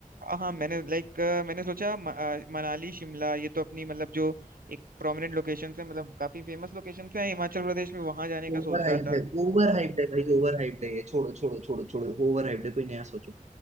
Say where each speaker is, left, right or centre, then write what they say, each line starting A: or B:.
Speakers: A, on the right (about 85°); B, on the right (about 55°).
A: हाँ मैंने लाइक मैंने सोचा म- अ, मनाली शिमला ये तो अपनी मतलब जो एक प्रोमिनेंट लोकेशन है मतलब काफी फेमस लोकेशन है हिमाचल प्रदेश में वहां जाने का
B: ओवर
A: सोच
B: हाइप्ड
A: रहा था
B: है ओवर हाइप्ड है भाई ओवर हाइप्ड है ये छोड़ो छोड़ो छोड़ो छोड़ो ओवर हाइप्ड है कोई नया सोचो